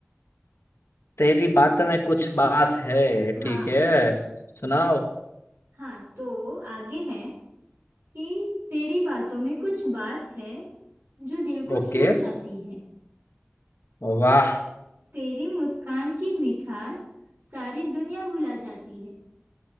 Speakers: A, on the left; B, on the right.
A: तेरी बात में कुछ बात है
B: हाँ
A: ठीक है सुनाओ
B: हाँ तो आगे है कि तेरी बातों में कुछ बात है जो दिल को
A: ओके
B: छू जाती है
A: वाह
B: तेरी मुस्कान की मिठास सारी दुनिया भुला जाती है